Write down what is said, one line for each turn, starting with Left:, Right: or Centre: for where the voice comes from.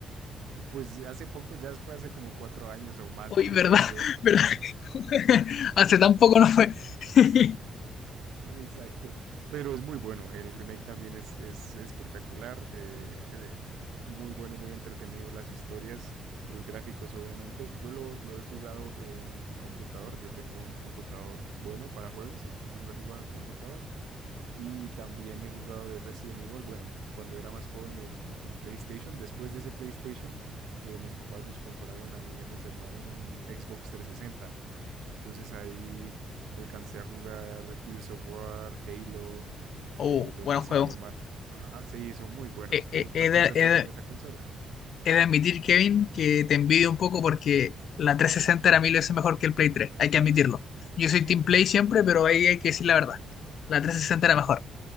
Right: pues hace poco, ya fue hace como cuatro años o más
Left: Uy,
Right: diría
Left: ¿verdad?
Right: yo.
Left: <laughs> ¿Verdad? <laughs> Hace tan poco no fue. <laughs>
Right: Exacto. Pero es muy bueno. El remake también es, es espectacular. eh, eh, muy bueno, muy entretenido. Las historias, los gráficos, obviamente. Yo lo, lo he jugado en computador. Yo tengo un computador bueno para juegos, entonces lo he jugado en computador. Y también he jugado de Resident Evil. Bueno, cuando era más joven en, en PlayStation. Después de ese PlayStation, eh, mis papás nos compraron a mí y a mis hermanos un Xbox 360. Entonces ahí alcancé a jugar Gears of War, Halo,
Left: ¡Uh,
Right: eh, los
Left: buen
Right: Resident
Left: juego!
Right: Evil Mar. Ajá, sí, son muy buenos.
Left: He,
Right: ¿Tú,
Left: he-
Right: tú
Left: he
Right: alcanzaste
Left: de, he de-
Right: a tener esa consola?
Left: he de admitir, Kevin, que te envidio un poco porque la 360 era mil veces mejor que el Play 3, hay que admitirlo. Yo soy
Right: <laughs>
Left: Team Play siempre, pero ahí hay que decir la verdad. La 360
Right: Sí,
Left: era mejor.